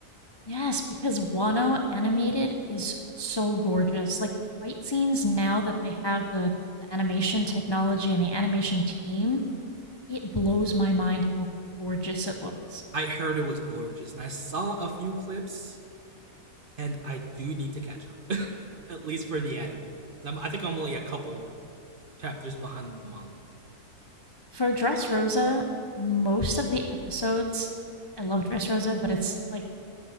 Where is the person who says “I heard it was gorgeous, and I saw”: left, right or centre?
Right